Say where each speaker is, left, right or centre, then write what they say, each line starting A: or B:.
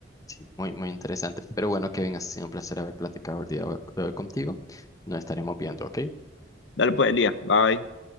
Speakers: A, on the left; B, on the left.
A: sí, muy, muy interesante. Pero bueno, Kevin, ha sido un placer haber platicado el día de hoy de hoy contigo. Nos estaremos viendo, ¿ok?
B: Dale pues, Elías. Bye.